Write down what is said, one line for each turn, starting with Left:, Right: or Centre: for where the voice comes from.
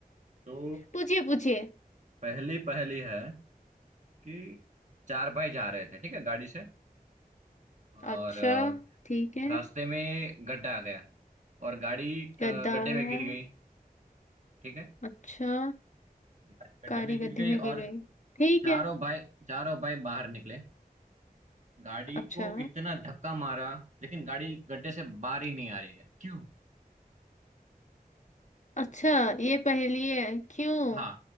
Right: तो
Left: पूछिए पूछिए
Right: पहली पहली है कि चार भाई जा रहे थे ठीक है गाड़ी से और
Left: अच्छा
Right: अ,
Left: ठीक है
Right: रास्ते में गड्ढा आ गया और गाड़ी अ,
Left: गद्दा
Right: गड्ढे
Left: आ
Right: में
Left: गया
Right: गिर गई ठीक है
Left: अच्छा
Right: गाड़ी गड्ढे
Left: कारी
Right: में
Left: गड्ढे
Right: गिर गई
Left: में गिर
Right: और
Left: गई ठीक
Right: चारों
Left: है
Right: भाई चारों भाई बाहर निकले गाड़ी
Left: अच्छा
Right: को इतना धक्का मारा लेकिन गाड़ी गड्ढे से बाहर ही नहीं आ रही है क्यों
Left: अच्छा ये पहेली है क्यों
Right: हाँ